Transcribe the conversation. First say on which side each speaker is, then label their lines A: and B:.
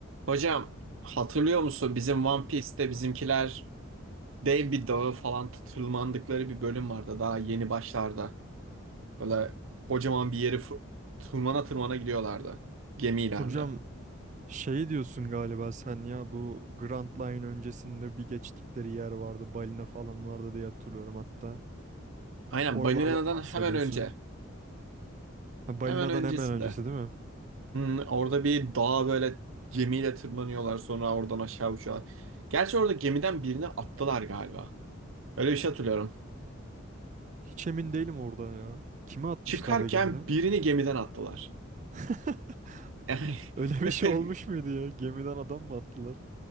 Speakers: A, on the right; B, on the right.
A: Hocam hatırlıyor musun bizim One Piece'te bizimkiler dev bir dağı falan t- tırmandıkları bir bölüm vardı daha yeni başlarda. Böyle kocaman bir yeri fır- tırmana tırmana gidiyorlardı gemilerle.
B: Hocam şey diyorsun galiba sen ya bu Grand Line öncesinde bir geçtikleri yer vardı. Balina falan vardı diye hatırlıyorum hatta.
A: Aynen
B: Oralardan
A: Banina'dan
B: bahsediyorsun.
A: hemen önce.
B: Ha,
A: Hemen
B: balinadan
A: öncesinde.
B: hemen öncesi değil mi?
A: Hmm, orada bir dağa böyle gemiyle tırmanıyorlar sonra oradan aşağı uçuyorlar. Gerçi orada gemiden birini attılar galiba. Öyle bir şey hatırlıyorum.
B: Hiç emin değilim orada ya. Kimi atmışlardı
A: Çıkarken
B: gemiden?
A: birini gemiden attılar. <laughs>
B: <laughs>
A: Yani
B: Öyle bir şey
A: Pek
B: olmuş muydu ya? Gemiden adam mı attılar?